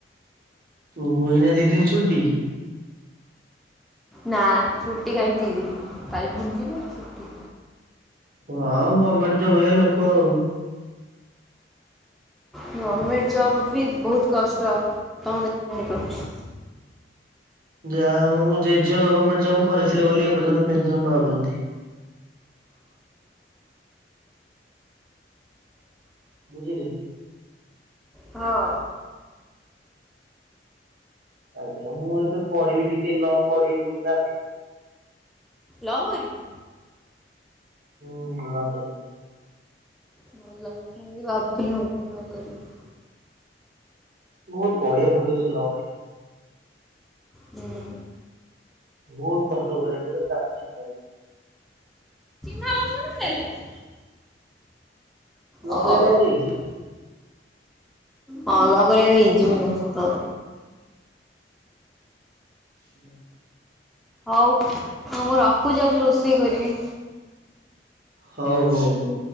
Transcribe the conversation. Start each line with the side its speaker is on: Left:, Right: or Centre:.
Right: ଓ ହୋ ଏଇନା ଦି ଦିନ୍ ଛୁଟି?
Centre: ନା ଛୁଟି କାହିଁ ଦି ଦିନ୍ କାଲି ଦିିଦିନା ଛୁଟି,
Right: ହଁ ଆଉ ଗର୍ମେଣ୍ଟ୍ ରେ ହୁଏ ଲୋକ ଆଉ,
Centre: ଗର୍ମେଣ୍ଟ୍ ଜବ୍ ବି ବହୁତ୍ କଷ୍ଟ ତମେ ଜାଣିପାରୁଛି,
Right: ଯାହା ହଉ ମୁଁ ଜେଜ ଗର୍ମେଣ୍ଟ୍ ଜବ୍ କରିିଥିଲେ ବୋଲି ଏପର୍ଯ୍ୟନ୍ତ ପେନ୍ ସନ୍ ପାଉଛନ୍ତି। ବୁଝିଲେ,
Centre: ହଁ,
Right: ଆଜ୍ଞା ମୁଁ ଏବେ ପଢ଼ିବି ଟିକେ ଲ ପଢ଼ିବି ବୋଲି ଭାବିଛି,
Centre: ଲ କରିବୁ?
Right: ହୁଁ ଲ କରିବି।
Centre: ଭଲ, ମୁଁ ବି ଭାବୁଥିଲି ମୁଁ ବି ଲ କରିବି।
Right: ବହୁତ୍ ପଢ଼ିଆକୁ ପଢ଼ିବ ସେ ଲ ପାଇଁ।
Centre: ହୁଁ।
Right: ବହୁତ୍ କଷ୍ଟ କରିଆକୁ ପଡ଼ିବ <inaudible>
Centre: <inaudible> ମୁଁ ନେଲିନି।
Right: ଲ
Centre: ହଉ
Right: କରିବା ଟା ଏତେ ଇଜି
Centre: ହଁ ଲ କରିବା ଏତେ ଇଜି ବି ନୁହଁ, ସତ କଥା।
Right: <inaudible>
Centre: ହଉ-ହଉ ମୁଁ ରଖୁଚି ଯାଉଚି ରୋଷେଇ କରିବି।
Right: ହଉ-ହଉ-ହଉ।